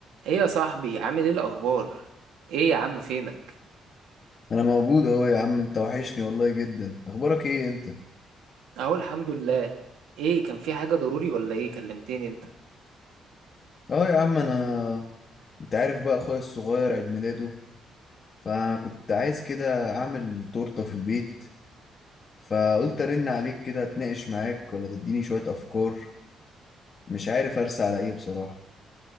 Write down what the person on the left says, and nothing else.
انا موجود اهو يا عم انت وحشني والله جدا اخبارك ايه انت
اه يا عم انا انت عارف بقى اخويا الصغير عيد ميلاده فانا كنت عايز كده اعمل تورته في البيت فقلت ارن عليك كده اتناقش معاك ولا تديني شويه افكار مش عارف ارسى على ايه بصراحه